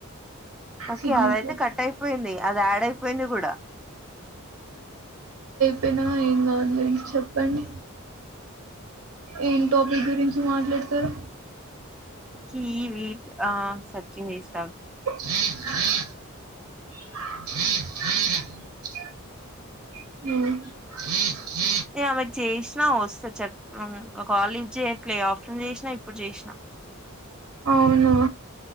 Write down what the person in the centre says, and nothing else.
ఓకే
అదయితే
కట్ అయిపోయింది అది యాడ్ అయిపోయింది కూడా
కీవి ఆ సెర్చింగ్ చేస్తా
ఆమెకి చేసినా వస్తే చెప్ ఒక కాలీ లిఫ్ట్ చేయట్లే ఆఫ్టేర్నూన్ చేసినా ఇప్పుడు చేసినా